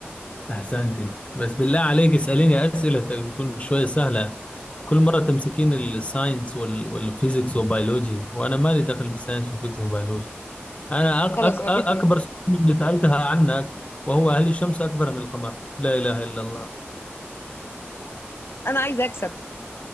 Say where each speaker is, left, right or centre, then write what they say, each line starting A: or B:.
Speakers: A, on the left; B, on the left.
A: أحسنتي بس بالله عليك اسأليني أسئلة تكون شوية سهلة كل مرة تمسكين الساينس وال- والفيزيكس وبيولوجي وأنا مالي دخل بالساينس والفيزيكس وبيولوجي أنا أك
B: خلاص
A: أك أك-
B: هجيب
A: أكبر
B: لك
A: سؤال اللي سألتها عنك وهو هل الشمس أكبر من القمر؟ لا إله إلا الله
B: انا عايزه اكسب